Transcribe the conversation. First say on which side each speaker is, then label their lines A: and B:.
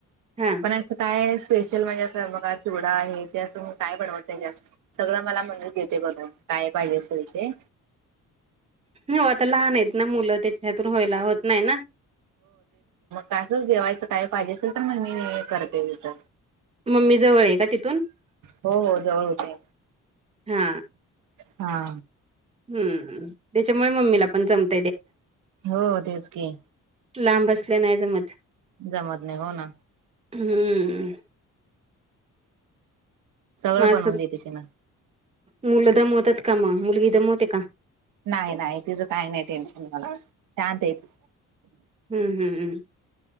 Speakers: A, on the right (about 20°); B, on the right (about 85°).
A: हां.
B: पण काय स्पेशल म्हणजे अस बघा चुवडा आहे ते असं काय बनवत त्यांच्या सगळं मला म्हणत घेते बघं काय पाहिजे स ते
A: हो आता लहान आहेत ना मुलं त्याच्या हतून व्हायला होत नाही ना
B: कसं जेवायचं काय पाहिजे असे तर मण मी करतेथ
A: मम्मी जवळ आहे का तिथून
B: हो हो जवळ होते
A: हा
B: हा
A: हम्म त्याच्यामुळे मम्मीला पण जमत
B: हो तेच की
A: लांब असल्या नाही ज मत
B: जमत नाही हो ना
A: हम्म.
B: सगळं
A: मग
B: बनवून
A: असं
B: देते ति न.
A: मुलं दमवतात का मग मुलगी दमवते का?
B: नाही नाही तिचं काही नाही टेन्शन मला शांत आहे ती.
A: हम्म हम्